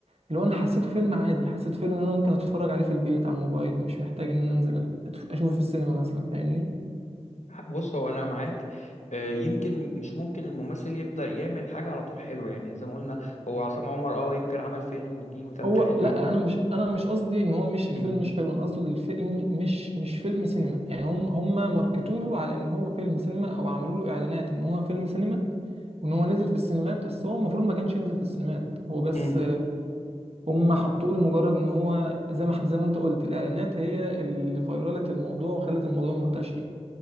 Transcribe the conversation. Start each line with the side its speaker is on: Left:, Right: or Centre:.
Right: اللي هو انا حسيته فيلم عادي حسيت فيلم ان انا ممكن اتفرج عليه في البيت على الموبايل مش محتاج ان انا انزل أت- اشوفه في السينما مثلا فاهمني
Left: بص هو انا معاك آه، يمكن مش ممكن الممثل يبدأ يعمل حاجة على طول حلوة يعني زي ما قلنا هو عصام عمر اه يمكن عمل فيلم واتنين وتلاتة
Right: هو
Left: حلوين
Right: لا انا مش انا مش قصدي ان هو مش الفيلم
Left: امم
Right: مش حلو انا قصدي الفيلم مش مش فيلم سينما يعني هم هم ماركتوا له على ان هو فيلم سينما او عملوا له اعلانات ان هو فيلم سينما وان هو نزل في السينمات بس هو المفروض ما كانش ينزل في السينمات هو بس
Left: امم
Right: هم حطوه لمجرد ان هو زي ما ح- زي ما انت قلت الاعلانات هي اللي فيرالت الموضوع وخلت الموضوع منتشر